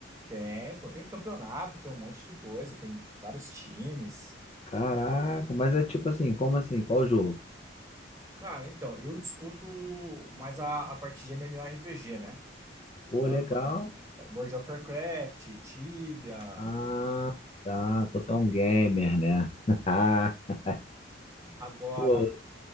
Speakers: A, on the right; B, on the left.
A: Tem, pô, tem campeonato, tem um monte de coisa, tem vários times.
B: Caraca, mas é tipo assim, como assim? Qual o jogo?
A: Cara, então, eu disputo mais a, a parte de MMORPG, né?
B: Pô,
A: Então,
B: legal.
A: World of Warcraft, Tibia,
B: Ah, tá. Tô tão gamer, né? <laughs>
A: agora...
B: Pô,